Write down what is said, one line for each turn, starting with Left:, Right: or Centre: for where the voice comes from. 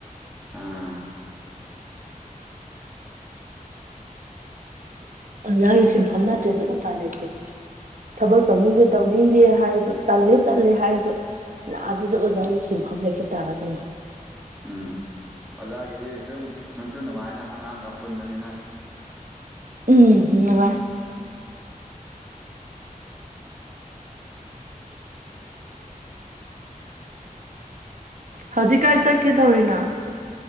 Centre: ꯑꯥ
Right: ꯑꯣꯖꯥꯒꯤ ꯁꯤꯟꯐꯝ ꯅꯠꯇ꯭ꯔꯦ ꯑꯗꯨ ꯎꯄꯥꯏ ꯂꯩꯇꯦ ꯊꯕꯛ ꯇꯧꯅꯤꯡꯗꯦ ꯇꯧꯅꯤꯡꯗꯦ ꯍꯥꯏꯔꯁꯨ ꯇꯜꯂꯦ ꯇꯜꯂꯦ ꯍꯥꯏꯔꯁꯨ ꯂꯥꯁꯤꯗ ꯑꯣꯖꯥꯒꯤ ꯁꯤꯟꯐꯝ ꯂꯩꯩꯀꯦ ꯇꯥꯔꯒꯅꯤ
Centre: ꯎꯝ ꯑꯣꯖꯥꯒꯤꯗꯤ ꯑꯗꯨꯝ ꯅꯨꯡꯁꯨ ꯅꯨꯡꯉꯥꯏꯅ ꯑꯉꯥꯡꯒ ꯄꯨꯟꯕꯅꯤꯅ
Right: ꯎꯝ ꯋꯥ ꯍꯧꯖꯤꯛꯀꯥꯏ ꯆꯠꯀꯦ ꯇꯧꯔꯤꯅ